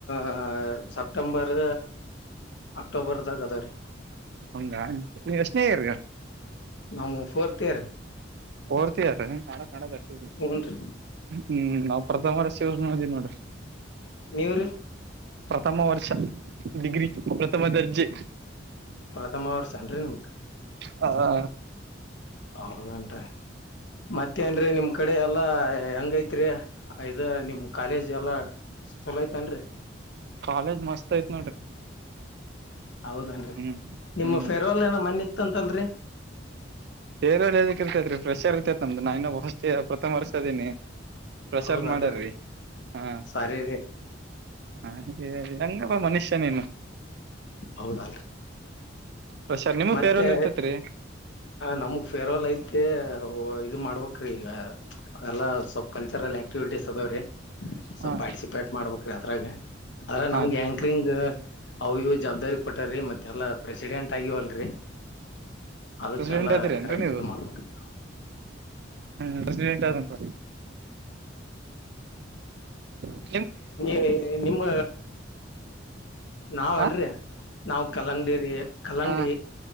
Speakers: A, on the left (about 65°); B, on the right (about 55°).
A: ಆ ಸೆಪ್ಟೆಂಬರ್ ಅಕ್ಟೋಬರ್ದಾಗ ಅದಾವ ರೀ.
B: ಹೌದಾ ನೀ ಎಷ್ಟನೆ ಇಯರ್.
A: ನಮ್ಮ ಫೋರ್ತ ಇಯರ್.
B: ಓಡ್ತಾರ ಕ ಕದಷ್ಟ
A: ಹುನ್ರಿ
B: ಹ್ಮ ಪ್ರಥಮ ವರ್ಷಷ ತಿನ್ನೋಡು
A: ನೀವ್ರಿ
B: ಪ್ರಥಮ ವರ್ಷ ಡಿಗ್ರಿ ಪ್ರಥಮ ದರ್ಜೆ
A: ಪ್ರಥಮ ವರ್ಷನ್ರಿ ನಿಮ್ದ
B: ಹಾ
A: ಹೌದನ್ ಮತ್ತೇನ್ೀ ನಿಮ್ ಕಡೆ ಎಲ್ಲಾ ಹೆಂಗೈತ್ರಿ ಆಐದ ನಿಮ ಕಾಲೇಜ್ ಎಲ್ಲಾ ಚಲೋ ಐತನ್ರಿ
B: ಕಾಲೇಜ್ ಮಸ್ತ್ ಆಯ್ತ್ ನೋಡ್ರಿ
A: ಹೌದೇನ್ರಿ
B: ಹ್ಮ್
A: ನಿಮ್ಮ
B: ಹ್ಮ್
A: ಫೆರ್ವಾಲ್ ಏನ ಮ್ಣ ಇತ್ತಂತಲ್ರಿ
B: ಸೇರ್ದ ಇರ್ೈತತ್ ್ರೆಶರ್ೈತೆತಮ್ದು ನ ಇನ್ನು ಬ ಅಷ್ಟ ಪ್ರಥಮ ವರ್ಷ ನಿ ಪ್ರಸಾದ
A: ಹೌದಲ್ರರಿ
B: ಮಾಡ್ಯಾರರಿ ಹಾ
A: ಸಾರಿ ರೀ
B: ಹ ಹೆಂಗಪ್ಪ ಮನುಷ್ಯನೇನು
A: ಹೌದ
B: ಫ್ರೆಷರ್ ನಿಮಗ್
A: ಮತ್ತೆ
B: ಫೇರ್ವೆಲ್ ಇರ್ತೈತ್ರಿ
A: ನಮಗ ಫೇರ್ವೆಲ್ ಐತೆ ಇದು ಮಾಡ್ಬೇಕ್ರೀ ಈಗ ಎಲ್ಲ ಸ್ವಲ್ ಕಲ್ಚರಲ್ ಆಕ್ಟಿವಿಟೀಸ್ ಅ <unintelligible> ಸ್ಲ್
B: ಹಾ
A: ಪಾರ್ಟಿಸಿಪೇಟ್ ಮಾಡ್ಬೇಕ್ರೀ ಅದ್ರಾಗ ಆದದ್ರ ನಮ್ಗೆ
B: ಹಾ ರೀ
A: ಆಂಕ್ರಿಂಗ್ ಅವ್ಯ ಜವಾಬ್ದಾರಿ ಕೊಟ್ಟಾರರಿ ಮತ್ತೆ ಎಲ್ಲಾ ಪ್ರೆಸಿಡೆಂಟ್ ಆಗ್ಯಿವಲ್ರಿ ಅದಕ್ಕೆಲ್ಲ
B: ಪ್ರೆಸಿಡೆಂಟ್ ಅದಿರೇನ್ರಿ
A: ಕರೆಕ್ಟ್
B: ನೀವು
A: ಇ ಮಾಡ್ಬಿಟ್ಟ ನಾ
B: ಹ್ಮ್ ಬಸ ಎಂಟಂತ ಹ್ಮ್ರ್
A: ನೀ ನಿಮ್ಮ ನಾವನ್ರಿ
B: ಹ
A: ನಾವು ಕಲ್ಲಂಗಡಿರಿ ಕಲ್ಲಂಗಡಿ
B: ಹ